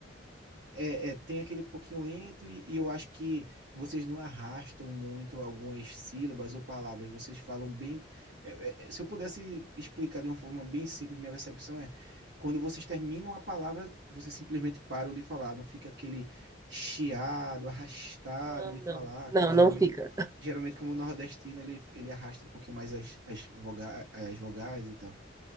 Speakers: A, on the right; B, on the right.
A: É, é, tem aquele pouquinho lento e, e eu acho que vocês não arrastam muito algumas sílabas ou palavras, vocês falam bem. é, é, é, se eu pudesse explicar de uma forma bem simples, minha percepção é quando vocês terminam a palavra, vocês simplesmente param de falar, não fica aquele chiado, arrastado
B: Não,
A: de falar,
B: não, não,
A: como geralmente,
B: não fica.
A: geralmente como o nordestino ele, ele arrasta um pouquinho mais as, as, voga, as vogais e tal.